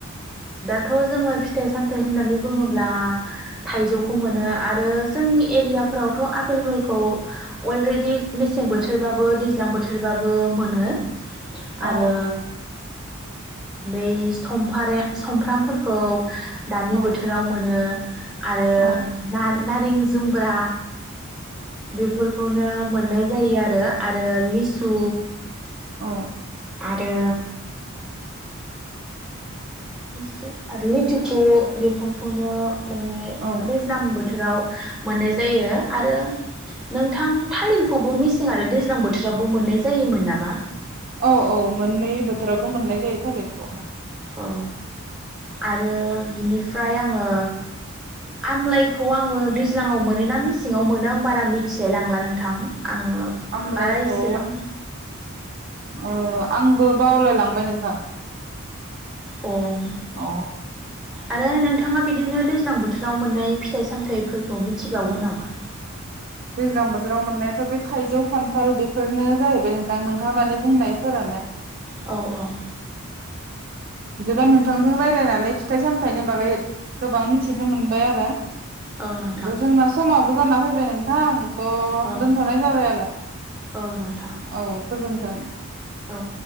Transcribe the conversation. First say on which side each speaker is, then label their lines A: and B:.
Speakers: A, in the centre; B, on the right (about 45°).
A: थ' जोङो फिथाइ सामथाय होननानै बुङोब्ला थाइजौखौ मोनो आरो जोंनि एरियाफ्रावथ' आपेलबोलखौ अलरेडि मेसें बोथोरबाबो दैज्लां बोथोरबाबो मोनो आरो
B: औ
A: बै समफारे समफ्रामफोरखौ दानि
B: औ
A: बो रावमोनो आरो
B: औ
A: ना नारें जुम ब्रा बेफोरखौनो मोननाय जायो आरो आरो लिसु
B: औ
A: आरो लिसु आरो लिथुखु बेफोरखौन' मानने
B: औ
A: दैज्लां बोथोराव मोननाय जायो आरो नोंथां थालिरखौबो मेसें आरो दैज्लां बोथोरावबो मोननाय जायोमोन नामा
B: औ औ मोननै बोथोरावबो मोननाय जायो थालिरखौ
A: औ आरो बिनिफा फाय आङो आमलाइखौ आङो दैज्लाङाव मोन ना मेसेङाव मोनो आं बारा मिथिलाय लांला नों थां आङो
B: आमलाइखौ
A: बारा इसेबां
B: ओ आंबो बावलाय लांबाय नोंथां
A: ओम
B: औ
A: आरो नोंथाङा बिदिनो दैज्लां बोथोराव मोननाय फिथाइ सामथाइफोरखौ मिथिबावगोन नामा
B: दैज्लां बोथोराव मोन्नायाथ' बे थाइजौ खान्थाल बेफोरनो जाहैबाय नोंथां नोंथाङा दानि बुंनाय फोरानो
A: औ औ
B: बिदिबा नोंथांजों रायलायनानै फिथाइ सामथाइनि बागै गोबां मिथिनो मोनबाय आरो
A: औ नोंथां
B: बाय जोंना समाबो जाना फैबाय नों थां थ'
A: औ
B: दोनथ'नाय जाबाय आरो
A: औ नोंथां
B: औ गोजोन्थों
A: औ